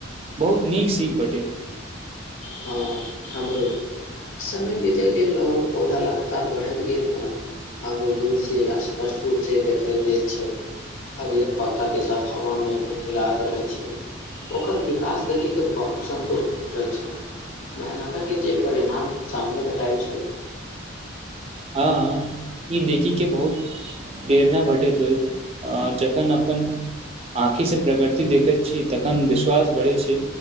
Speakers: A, on the right (about 30°); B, on the left (about 80°).
A: बहुत नीक सीख भेटे
B: हँ हमरो समय बितै गेल ओर पौधा लगातार बढ़ैत गेल हँ आबो दूर से स्पष्ट रूपसँ देखै दै छै हरियर पाताके साथ हवामे हिल हिलायैत रहैत छै ओकर विकास देखयके बहुत सन्तोश भेटल छै मेहनता के जे परिणाम सामने भेठाइल छल
A: हँ ई देखिक के बहुत प्रेरना भटैत होयत जखन अपन आँखि से प्रगृति देखैत छी तखन विश्वास बढ़ै छै